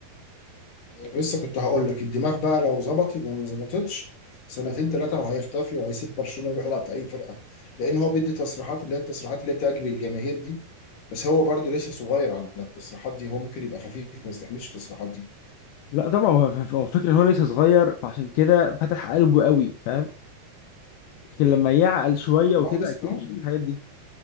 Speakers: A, on the left; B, on the left.
A: لسه كنت هقول لك الدماغ بقى لو ظبط يبقى ما ظبطتش سنتين ثلاثة وهيختفي وهيسيب برشلونة ويروح يلعب في أي فرقة لأن هو بيدي تصريحات اللي هي التصريحات اللي بتعجب الجماهير دي بس هو برضه لسه صغير على التصريحات دي هو ممكن يبقى خفيف ما يستحملش التصريحات دي
B: لا طبعا هو هو فكره ان هو لسه صغير فعشان كده فتح قلبه قوي فاهم لكن لما يعقل شويه
A: ما
B: وكده
A: هو لسه
B: اكيد مش هيقول الحاجات دي